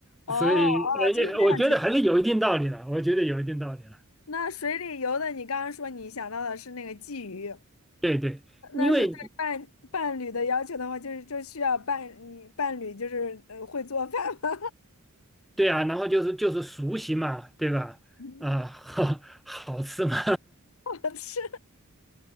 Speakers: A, on the left; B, in the centre.
A: 哦哦，
B: 所以呃我觉得还是有一定道理的，
A: 就是那样解。
B: 我觉得有一定道理了，
A: 那水里游的，你刚刚说你想到的是那个鲫鱼，
B: 对对，因为
A: 那是对伴伴侣的要求的话，就是就需要伴你伴侣就是呃会做饭吗？
B: 对啊，然后就是就是熟悉嘛，对吧？
A: <laughs> 是，
B: 啊、好好吃嘛，
A: 我吃